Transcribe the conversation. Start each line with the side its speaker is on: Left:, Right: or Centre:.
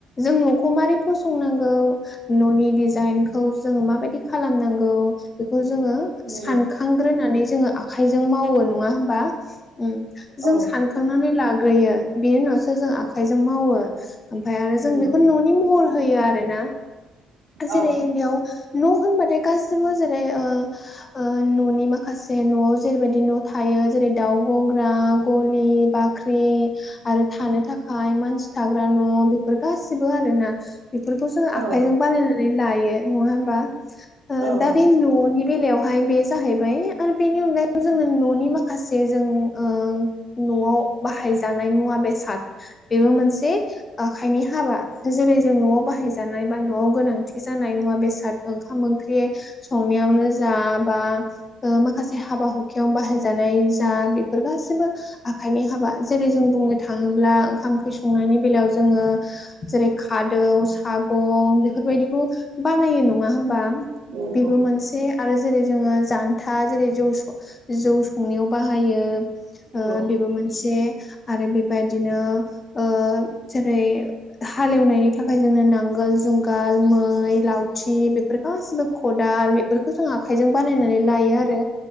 Left: जों न'खौ मारै फसंनांगौ न'नि डिजाइनखौ जोङो माबायदि खालामनांगौ बेखौ जोङो
Right: नंगौ
Left: सानखांग्रोनानै
Right: औ
Left: जोङो आखाइजों मावो नङा होमबा। उम जों
Right: औ
Left: सानखांनानै लाग्रोयो बेनि उनावसो जों आखाइजों मावो। ओमफाय आरो
Right: नंगौ
Left: जों बेखौनो न'नि महर होयो आरो ना जेरै
Right: औ
Left: बेयाव न' होनबाथाय गासिबो जेरै ओ ओ न'नि माखासे न'आव जेरैबायदि न' थायो जेरै दाउ गग्रा गलि बाख्रि आरो थानो थाखाय मानसि थाग्रा न' बे फोर गासिबो आरो ना बेफोरखौ जों
Right: औ
Left: आखाइजों बानायनानै लायो नङा होमबा। ओ
Right: औ
Left: दा बे न'नि बेलायावहाय बे जाहैबाय आरो बेनि अनगायै जोंङो न'नि माखासे जों ओ न'आव बाहायजानाय मुवा बेसाद बेबो मोनसे आखाइनि हाबा जेरै जों न'आव बाहाय जानाय बा न'आव गोनांथि जानाय मुवा बेसाद ओंखाम ओंख्रि संनायावनो जा बा ओ माखासे हाबा हुखायाव बाहायजानाय आ बेफोर गासिबो आखाइनि हाबा जेरै जों बुंनो थाङोब्ला ओंखाम ओंख्रि संनायनि बेलायाव जोङो जेरै खादौ हागं बेफोरबायदिखौ बानायो नङा होमबा
Right: नंगौ
Left: बेबो मोनसे आरो जेरै जोङो जान्था जेरै जौ जौ संनायाव बाहायो
Right: नंगौ
Left: ओ बेबो मोनसे आरो बेबायदिनो ओ जेरै हालेवनायनि थाखाय जोंनो नांगोल जुंगाल मै लावथि बे गासिबो खदाल बेफोरखौ जों आखाइजों बानायनानै लायो आरो